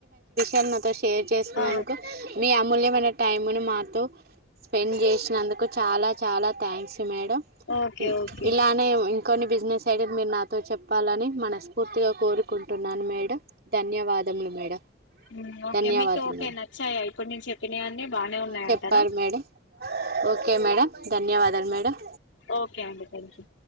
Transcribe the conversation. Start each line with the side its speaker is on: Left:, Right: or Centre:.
Right: టైమ్ నాతో షేర్ చేసుకునేందుకు
Left: ఆ
Right: మీ అమూల్యమైన టైమ్ ను మాతో స్పెండ్ చేసినందుకు చాలా చాలా థ్యాంక్స్ మేడమ్
Left: ఓకే ఓకే
Right: ఇలానే ఇంకొన్ని బిజినెస్ ఐడియాస్ మీరు నాతో చెప్ ప్పాలని మనస్ఫూర్తిగా కోరుకుంటున్నాను మేడం ధన్యవాదములు మేడం
Left: ఉమ్ ఓకే
Right: ధన్యవాదాలు
Left: మీకు ఓకే
Right: మేడం
Left: నచ్చాయా ఇప్పుడు నేను చెప్పినవి అన్ని బానే ఉన్నాయంటార
Right: చెప్పారు మేడం ఓకే మేడం ధన్యవాదాలు మేడం
Left: ఓకే అండి థ్యాంక్ యు